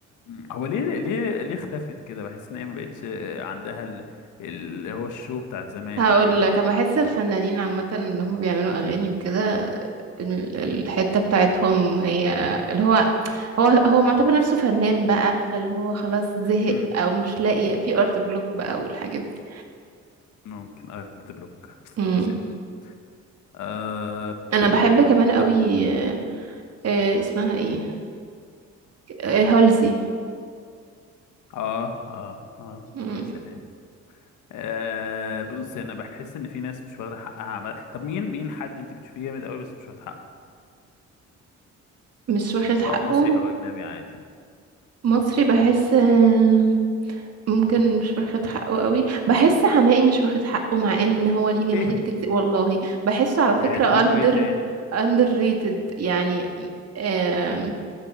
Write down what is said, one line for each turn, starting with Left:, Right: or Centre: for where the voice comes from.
Left: مم. هو ليه ليه ليه اختفت كده بحس ان هي ما بقتش عندها ال- اللي هو الشو بتاع زمان
Right: هقول
Left: يعني
Right: لك انا بحس الفنانين عامة ان هم بيعملوا اغاني وكده ال- الحتة بتاعتهم هي اللي هو هو هو معتبر نفسه فنان بقى فاللي هو خلاص زهق
Left: مم.
Right: او مش لاقي في ارت بلوك بقى والحاجات دي
Left: ممكن ارت بلوك
Right: مم.
Left: يا سلام آه
Right: انا بحب كمان قوي
Left: يا-
Right: آه، آه، اسمها ايه آه، هالزي
Left: اه اه اه
Right: مم.
Left: يا سلام آه بص انا بحس ان في ناس مش واخده حقها عمل طب مين مين حد انت بتشوفيه جامد قوي بس مش واخد حقه
Right: مش واخد
Left: سواء
Right: حقه
Left: مصري او اجنبي عادي
Right: مصري بحس آم، ممكن مش واخد حقه قوي بحس حماقي مش واخد حقه مع ان هو ليه
Left: ايه
Right: جماهير كتير والله بحسه على فكرة
Left: هيتعمل
Right: under
Left: له ايه تاني
Right: under rated يعني آم،